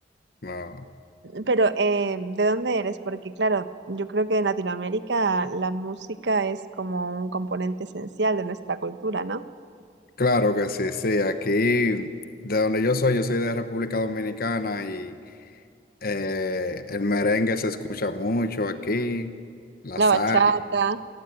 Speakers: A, on the left; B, on the right.
A: no.
B: pero eh, ¿de dónde eres? Porque claro, yo creo que en Latinoamérica la música es como un componente esencial de nuestra cultura, ¿no?
A: Claro que sí, sí. Aquí, de donde yo soy, yo soy de República Dominicana y Eh, el merengue se escucha mucho aquí, la
B: La
A: salsa,
B: bachata.